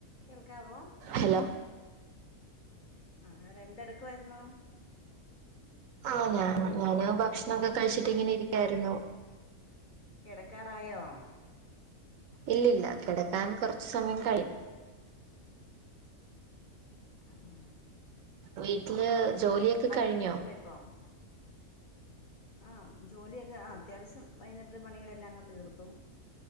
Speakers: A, on the left (about 45°); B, on the right (about 70°).
A: കേൾക്കാവോ?
B: ഹലോ.
A: ആഹ് ആള് എന്തെടുക്കുവായിരുന്നു?
B: ആഹ് <unintelligible> ഞാ ഭക്ഷ്ണൊക്കെ കഴ്ച്ചിട്ട് ഇങ്ങനെ ഇരിക്കായിരുന്നു.
A: കേടക്കാറായോ?
B: ഇല്ലില്ല കേടക്കാൻ കൊർച്ച് സമയം കഴിം.
A: അഹാ.
B: വീട്ടില് ജോലിയൊക്കെ കഴിഞ്ഞോ?
A: പെയ്യുന്നുണ്ടോ ഇപ്പൊ ആഹ് ജോലിയൊക്കെ ആഹ് അത്യാവശ്യം വൈകുന്നരത്തെ പണികളെല്ലാം അങ്ങ് തീർത്തു.